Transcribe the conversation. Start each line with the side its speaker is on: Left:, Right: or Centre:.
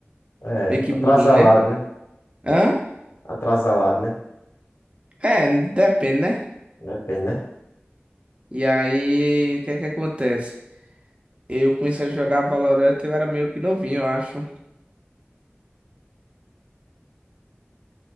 Left: É,
Right: meio que
Left: atrasalado,
Right: burrinho, né?
Left: né?
Right: Hã?
Left: Atrasalado, né?
Right: É, depende, né?
Left: Depende, né?
Right: E aí, o que é que acontece? Eu comecei a jogar Valorant, eu era meio que novinho, eu acho.